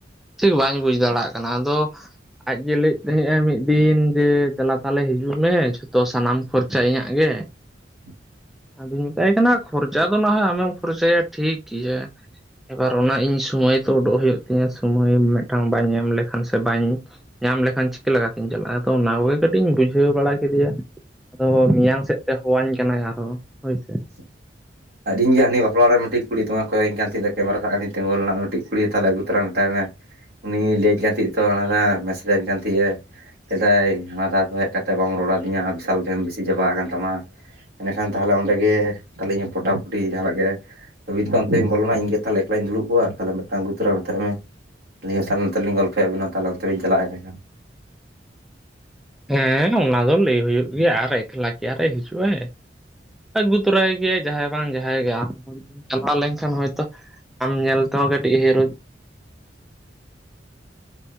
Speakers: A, in the centre; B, on the right.
A: ᱴᱷᱤᱠ ᱵᱟᱹᱧ ᱵᱩᱡ ᱫᱟᱲᱮᱭᱼᱟᱜ ᱠᱟᱱᱟ ᱟᱫᱚ ᱟᱡ ᱜᱮ ᱞᱟᱹᱭ ᱮᱫ ᱛᱟᱦᱮᱸᱜ ᱟᱭ ᱢᱤᱫ ᱫᱤᱱ ᱡᱮ ᱫᱮᱞᱟ ᱛᱟᱦᱚᱞᱮ ᱦᱤᱡᱩᱜ ᱢᱮ ᱡᱷᱚᱛᱚ ᱥᱟᱱᱟᱢ ᱠᱷᱚᱨᱪᱟ ᱤᱧᱟᱹᱜ ᱜᱮ
B: <unintelligible>
A: ᱟᱫᱩᱧ ᱢᱮᱛᱟᱭ ᱠᱟᱱᱟ ᱠᱷᱚᱨᱪᱟ ᱫᱚ ᱱᱟᱦᱚᱭ ᱟᱢᱮᱢ ᱠᱷᱚᱨᱪᱟᱭᱟ ᱴᱷᱤᱠ ᱜᱮᱭᱟ ᱮᱵᱟᱨ ᱚᱱᱟ ᱤᱧ ᱥᱩᱢᱚᱭ ᱛᱚ ᱩᱰᱩᱠ ᱦᱩᱭᱩᱜ ᱛᱤᱧᱟᱹ ᱥᱢᱚᱭ ᱢᱤᱫᱴᱟᱝ ᱵᱟᱹᱧ ᱮᱢ ᱞᱮᱠᱷᱟᱱ ᱥᱮ ᱵᱟᱹᱧ ᱧᱟᱢ ᱞᱮᱠᱷᱟᱱ ᱪᱤᱠᱟᱹᱛᱤᱧ ᱪᱟᱞᱟᱜᱼᱟ ᱟᱫᱚ ᱚᱱᱟ ᱠᱚᱜᱮ ᱠᱟᱹᱴᱤᱡ ᱤᱧ ᱵᱩᱡᱷᱟᱹᱣ ᱵᱟᱲᱟ ᱠᱮᱫᱮᱭᱟ ᱟᱫᱚ ᱢᱤᱭᱟᱝ ᱥᱮᱫ ᱦᱚᱦᱚ ᱟᱹᱧ ᱠᱟᱱᱟᱭ ᱟᱨᱦᱚᱸ ᱦᱳᱭᱥᱮ
B: <unintelligible> ᱟᱨ ᱤᱧ ᱜᱮ ᱦᱟᱱᱤ ᱵᱟᱯᱞᱟ ᱚᱲᱟᱜ ᱨᱮ ᱢᱤᱫᱴᱟᱝ ᱠᱩᱲᱤ ᱫᱚᱢᱮ ᱠᱚᱭᱚᱜ ᱤᱧ ᱠᱟᱱ ᱛᱟᱦᱮᱸᱧ ᱫᱚᱭ ᱠᱮᱢᱮᱨᱟ ᱥᱟᱵ ᱠᱟᱛᱤᱧ ᱛᱤᱜᱩ ᱞᱮᱱᱟ ᱩᱱᱤ ᱴᱤᱡ ᱠᱩᱲᱤ ᱜᱮ ᱛᱟᱦᱚᱞᱮ ᱟᱹᱜᱩ ᱛᱚᱨᱟ ᱢᱮᱛᱟᱭ ᱢᱮ ᱩᱱᱤ ᱞᱟᱹᱭᱟᱹᱧ ᱠᱟᱱ ᱛᱟᱦᱮᱸᱜ ᱛᱚ ᱚᱱᱟ ᱫᱚ ᱢᱮᱥᱮᱡᱧ ᱠᱟᱱ ᱛᱟᱦᱮᱸᱜᱼᱟ ᱥᱮᱫᱟᱭ ᱦᱟᱱᱟ ᱫᱷᱟ ᱫᱚ ᱦᱮᱡ ᱠᱟᱛᱮᱮᱫ ᱵᱟᱢ ᱨᱚᱲᱟ ᱟᱹᱫᱤᱧᱟ ᱵᱤᱥᱟᱞ ᱜᱷᱮᱢ ᱵᱤᱥᱤ ᱪᱟᱵᱟᱟᱣ ᱟᱠᱟᱱ ᱛᱟᱢᱟ ᱮᱸᱰᱮᱠᱷᱟᱱ ᱛᱟᱦᱚᱞᱮ ᱚᱸᱰᱮ ᱜᱮ ᱛᱟᱹᱞᱤᱧᱟ ᱯᱚᱴᱟ ᱯᱩᱴᱤ ᱡᱟᱸᱦᱟ ᱱᱟᱜ ᱜᱮ ᱛᱚᱵᱤ ᱛᱚ ᱚᱱᱛᱮᱧ ᱵᱚᱞᱚᱱᱟ ᱤᱧ ᱜᱮ ᱛᱟᱦᱚᱞᱮ ᱮᱠᱞᱟᱧ ᱫᱩᱲᱩᱵᱠᱚᱜᱼᱟ ᱛᱟᱦᱚᱞᱮ ᱢᱤᱫᱴᱟᱝ ᱟᱜᱩ ᱛᱚᱨᱟ ᱢᱮᱛᱟᱭ ᱢᱮ ᱟᱹᱞᱤᱧ ᱦᱚᱸ ᱛᱟᱦᱚᱞᱮ ᱱᱚᱛᱮ ᱨᱮᱞᱤᱧ ᱥᱢᱛᱮ ᱜᱚᱞᱯᱚᱜᱟ ᱾ ᱟᱵᱮᱱ ᱦᱚ ᱛᱟᱦᱚᱞᱮ ᱚᱱᱛᱮ ᱵᱤᱱ ᱪᱟᱞᱟᱜᱼᱟ ᱮᱰᱮᱠᱷᱟᱱ
A: ᱦᱮᱸ ᱚᱱᱟ ᱫᱚ ᱞᱟᱹᱭ ᱦᱩᱭᱩᱜ ᱜᱮᱭᱟ ᱟᱨ ᱮᱠᱞᱟ ᱠᱤ ᱟᱨᱮ ᱦᱤᱡᱩᱜᱼᱟᱭ ᱟᱹᱜᱩ ᱛᱚᱨᱟᱭᱮ ᱜᱮᱭᱟᱭ ᱡᱟᱦᱟᱸᱭ ᱵᱟᱝ ᱡᱟᱦᱟᱸᱭ ᱜᱮ ᱟᱢ ᱦᱚᱢ ᱪᱟᱞᱟᱣ ᱞᱮᱱᱠᱷᱟᱱ ᱦᱚᱭᱛᱚ ᱟᱢ ᱧᱮᱞ ᱛᱮᱦᱚᱸ ᱠᱟᱹᱴᱤᱡ ᱦᱤᱨᱳ
B: <unintelligible>